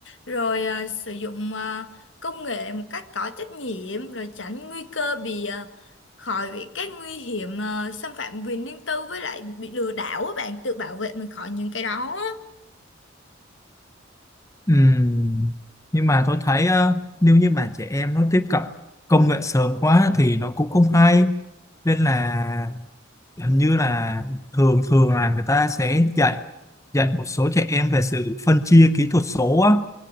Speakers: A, on the left; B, on the left.
A: rồi à, sử dụng à, công nghệ một cách có trách nhiệm rồi tránh nguy cơ bị à, khỏi bị các nguy hiểm à, xâm phạm quyền riêng tư với lại bị lừa đảo á bạn tự bảo vệ mình khỏi những cái đó á.
B: Ừm, nhưng mà tôi thấy á, nếu như mà trẻ em nó tiếp cận công nghệ sớm quá thì nó cũng không hay nên là hình như là thường thường là người ta sẽ dạy dạy một số trẻ em về sự phân chia kỹ thuật số á